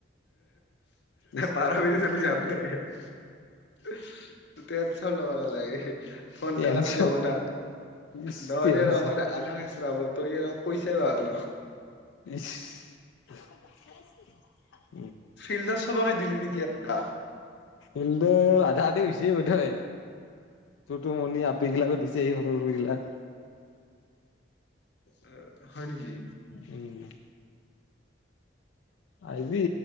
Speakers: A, on the left; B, on the left.
A: ইচ
B: বাৰ মিনিট হলে যাম। <unintelligible> লাগে ফোন
A: টেনচন
B: কাটি যাব না
A: ইচ
B: নহলে
A: টেনচন
B: নখ আধা <inaudible> তই অপ কৈছ বাৰ।
A: <inaudible>
B: ফিল্ডাৰ সভকে দিলি নেকি একটা?
A: এটো আধা আধি হৈছি বধই। তোৰ <unintelligible> আপিগিলাকো দিছে সৰু সৰু গিলা।
B: আহ হয় নেকি?
A: উম আহিবি